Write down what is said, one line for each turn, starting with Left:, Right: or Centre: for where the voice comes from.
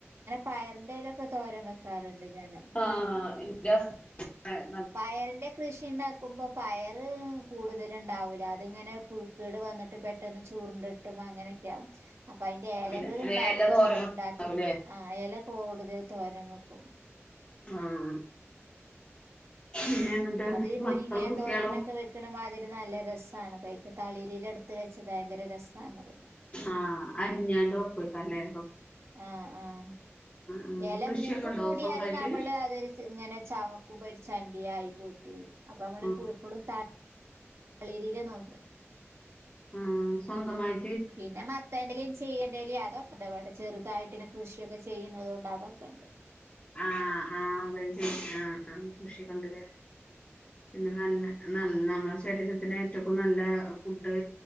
Right: പയറിന്റെ ഇലൊക്കെ തോരൻ വെക്കാറുണ്ട് ഞാന്
Left: ആഹ് ന്റെ - <inaudible> <unintelligible>
Right: പയറിന്റെ കൃഷി ണ്ടാക്കുമ്പോ പയർ കൂടുതല ഉണ്ടാവൂല അതിങ്ങനെ <unintelligible> പുഴുക്കേട് വന്നിട്ട് പെട്ടന്ന് ചുരുണ്ടട്ടും ഇട്ടും അങ്ങനൊക്കെയ ആകും. അപ്പൊ അതിന്റെ
Left: പിന്നെ
Right: ലകൾ <unintelligible> ണ്ടാക
Left: എല്ലതും ഓരോ
Right: ങ്ങനെ
Left: ഉണ്ടാവൂലേ
Right: ണ്ടാക്കിട്ട്- ആഹ് ഇല കൂടുതൽ തോരൻ വെക്കും.
Left: ആഹ് പിന്നെ എന്നിട്ട്
Right: അത് മുരിങ്ങ
Left: മക്കളും കുട്ടികളും
Right: തോരനൊക്കെ വെക്കണ മാതിരി. നല്ല രസണ് കഴിക്ക തളിരില എടുത്ത് വെച്ചത് ഭയങ്കര രസണത്.
Left: ആഹ് അരിഞ്ഞാണ്ട് വക്കക്ക അല്ലേ?
Right: ആഹ് ആഹ്.
Left: ആഹ്
Right: ഇല
Left: കൃഷിയൊക്കെ
Right: മൂപ്പ്
Left: ഉണ്ടോ
Right: കൂടിയാല്
Left: സ്വന്തായിട്ട്
Right: നമ്മള് അതൊരു ഇങ്ങനെ ചമക്കുമ്പ- <unintelligible> ചണ്ടിയായി പോയിട്ട് വരും അപ്പൊ നമ്മള്
Left: ആഹ്
Right: എപ്പോഴും ത- <unintelligible> തളിരിര നോക്ക് - <inaudible>
Left: ആഹ സ്വന്തമായി. <unintelligible>
Right: പിന്നെ മത്തേന്റെലും ചെയ്യന്റെേലും അതൊെപാട- <inaudible> <unintelligible> ചെറുതായിട്ടിന്നെ കൃഷിയൊക്കെ ചെയ്യുന്നത കൊണ്ട് അതൊക്കെ ണ്ട്. <unintelligible> <inaudible>
Left: ആ ആ് അത ആ കൃഷിക്കൊണ്ടരാ- <inaudible> <unintelligible> പിന്നെ നല്ല ന നമ്മളെ ശരീരത്തിന് ഏറ്റക്കും നല്ല ഫുഡ്